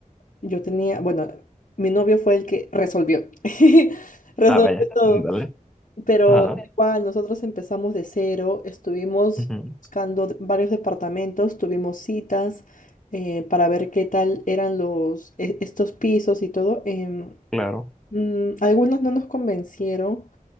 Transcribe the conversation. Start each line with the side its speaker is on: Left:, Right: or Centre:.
Left: yo tenía, bueno, mi novio fue el que resolvió. <laughs> Resolvió
Centre: ah, vaya.
Left: todo.
Centre: Dale.
Left: Pero
Centre: Ah,
Left: igual, nosotros empezamos de cero, estuvimos
Centre: ujú,
Left: buscando d- varios departamentos, tuvimos citas eh, para ver qué tal eran los, e- estos pisos y todo. em,
Centre: Claro.
Left: mm, algunos no nos convencieron